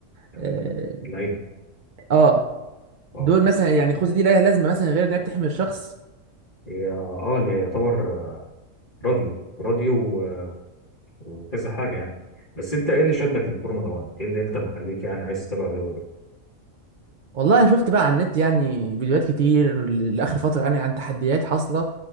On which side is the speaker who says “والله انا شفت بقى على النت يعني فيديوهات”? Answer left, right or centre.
Right